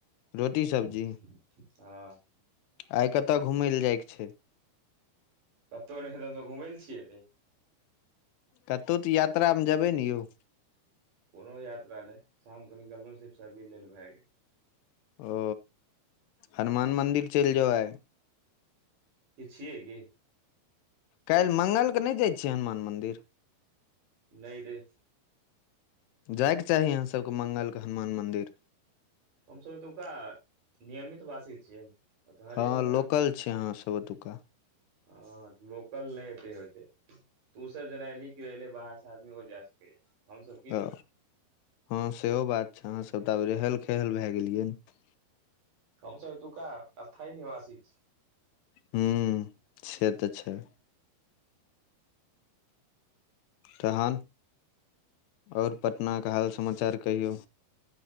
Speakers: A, on the left; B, on the right.
A: रोटी सब्जी
B: हँ
A: आइ कतय घुमय लए जायके छै
B: कतहु नहि हम त घुम लए छियैे
A: कतहु तऽ यात्रामे जेबै ने यौ
B: कोनो यात्रा नहि शाम के निकलल सिर्फ सबजी लेल भए गेल
A: ओ हनुमान मन्दिर चलि जो आय
B: किछ छियै की
A: काल्हि मङ्गलकेँ नहि जाइ छियै हनुमान मन्दिर
B: नहि रे
A: जाइके चाही अहाँ सभके मंगल क हनुमान मन्दिर
B: हमसब एतुका नियमित वासी छियै तऽ हरेक
A: हँ
B: मंगल
A: लोकल छै आहाँ सब ओतुका
B: ह लोकल नहि एते होइ छै तू सब जेना एली क एले बाहर से आदमी ओ जा सकै हमसब
A: त हँ सेहो बात छै अहाँसभ तऽ आब रहल खहल भए गेलियै ने
B: हमसभ एतुका स्थायी निवासी छी
A: ह्म से तऽ छै तहन और पटना के हाल समाचार कहियौ